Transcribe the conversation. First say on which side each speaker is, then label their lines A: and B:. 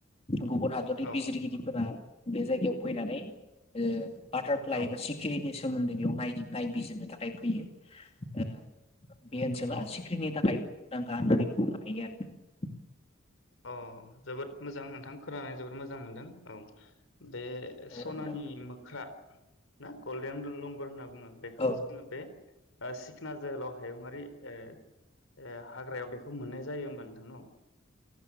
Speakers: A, on the left; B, on the left.
A: गुबुन हादरनि
B: औ
A: बिजिरगिरिफोरा बे जायगायाव फैनानै ओ बटार एबा फ्लाइखौ
B: औ
A: सकिरिनि सोमोन <unintelligible> बेयाव नायबिजिरनो थाखाय फैयो बे ओनसोला
B: औ
A: सिख्रिनि थाखाय गार गाय आरो <unintelligible>
B: औ जोबोद मोजां नोंथां खोनानानै जोबोद मोजां मोनदों औ बे
A: औ
B: सनानि
A: नोंथां
B: मोख्रा ना गल बें लंगर होनना बुं बेखौ
A: औ
B: जोङो बे ओ सिखना जोहोलाव हायुङारि ओ ओ हाग्रायाव बेखौ मोननाय जायो होमबा नोंथां न'